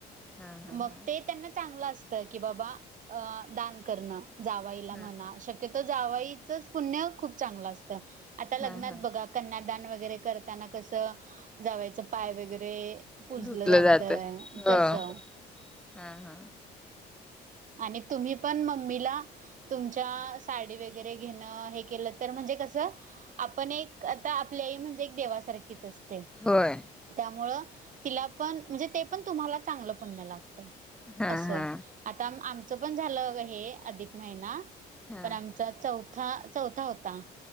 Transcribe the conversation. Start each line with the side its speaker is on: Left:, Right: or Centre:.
Centre: हा हा
Right: मग
Centre: हा
Right: ते त्यांना चांगलं असतं. की बाबा, अ दान करणं. जावईला
Centre: हम्म
Right: म्हणा, शक्य तो जावाईचच पुण्य खूप चांगलं असतं. आता लग्नात
Centre: हा हा
Right: बघा कन्यादान वगैरे करताना कसं, जावयाचं पाय वगैरे पुजलं
Centre: धुतलं
Right: जातय.
Centre: जातं हो
Right: तसं.
Centre: हा हा
Right: आणि तुम्ही पण, मम्मीला तुमच्या, साडी वगैरे घेणं, हे केलं तर म्हणजे कसं आपण एक, आता आपली आई म्हणजे, एक देवासारखीच असते.
Centre: होय.
Right: त्यामुळ तिला पण, म्हणजे ते पण तुम्हाला चांगलं पुण्य लागतं.
Centre: हा
Right: असं.
Centre: हा
Right: आता आमचं पण झालं बघा, हे अधिक महिना.
Centre: हा
Right: पण आम चा चौथा चौथा होता